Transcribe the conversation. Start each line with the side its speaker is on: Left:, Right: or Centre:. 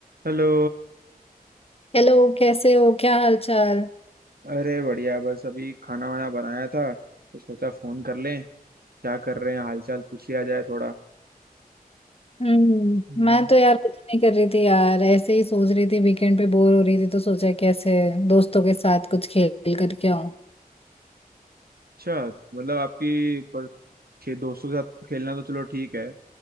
Right: Hello
Left: Hello कैसे हो क्या हाल चाल
Right: अरे बढ़िया बस अभी खाना वाना बनाया था तो सोचा फोन कर लें क्या कर रहे हैं हालचाल पूछ लिया जाए थोड़ा
Left: हम्म
Right: हम्म,
Left: मैं तो यार कुछ नहीं कर रही थी यार ऐसे ही सोच रही थी वीकेंड पे बोर हो रही थी तो सोचा कैसे दोस्तों के साथ कुछ खेल करके आऊं
Right: अच्छा मतलब आपकी पर खे, दोस्तों के साथ खेलना तो चलो ठीक है